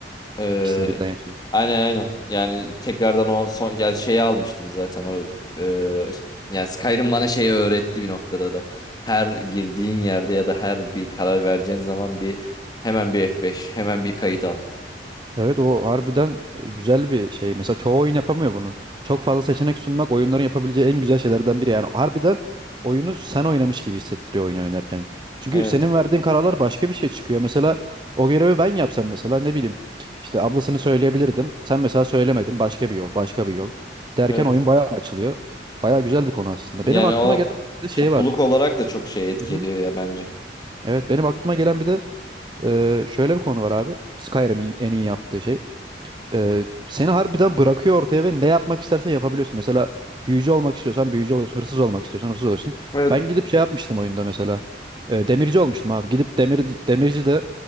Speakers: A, on the left (about 25°); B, on the right (about 25°).
A: Ee,
B: İkisini birden yaşadın.
A: aynen aynen. Yani tekrardan o son yani şeyi almıştım zaten o e, yani Skyrim bana şeyi öğretti bir noktada da. Her girdiğin yerde ya da her bir karar vereceğin zaman bir hemen bir F5, hemen bir kayıt al.
B: Evet o harbiden e, güzel bir şey. Mesela çoğu oyun yapamıyor bunu. Çok fazla seçenek sunmak oyunların yapabileceği en güzel şeylerden biri. Yani harbiden oyunu sen oynamış gibi hissettiriyor oyun oynarken. Çünkü
A: Evet.
B: senin verdiğin kararlar başka bir şey çıkıyor. Mesela o görevi ben yapsam mesela ne bileyim işte ablasını söyleyebilirdim. Sen mesela söylemedin başka bir yol başka bir yol derken
A: Evet.
B: oyun bayağı açılıyor. Bayağı güzel bir konu aslında.
A: Yani
B: Benim aklıma
A: o
B: gelen bir de şey
A: topluluk
B: var.
A: olarak da çok şey etki
B: Hı hı.
A: ediyor ya bence.
B: Evet benim aklıma gelen bir de e, şöyle bir konu var abi. Skyrim'in en iyi yaptığı şey e, seni harbiden bırakıyor ortaya ve ne yapmak istersen yapabiliyorsun. Mesela büyücü olmak istiyorsan büyücü oluyorsun. Hırsız olmak istiyorsan hırsız oluyorsun.
A: Evet.
B: Ben gidip şey yapmıştım oyunda mesela. E, demirci olmuştum abi. Gidip demir, demirci de